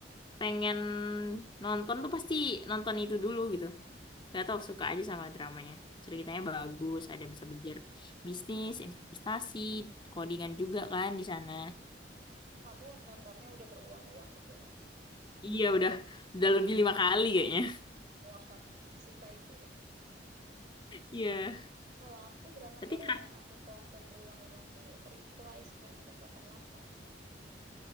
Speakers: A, on the left; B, on the right.
A: pengen nonton tuh pasti nonton itu dulu gitu. Nggak tahu, suka aja sama dramanya. Ceritanya
B: Oh.
A: bagus, ada bisa belajar bisnis, investasi, codingan juga kan di sana.
B: Kamu nontonnya udah berulang-ulang gitu ya maksudnya.
A: Iya, udah udah lebih lima kali kayaknya. <laughs>
B: Wah, sesuka itu ya.
A: Iya.
B: Kalau aku drama
A: Tapi
B: Korea
A: terakhir
B: yang aku tonton berulang-ulang tuh Reply 1988 sih.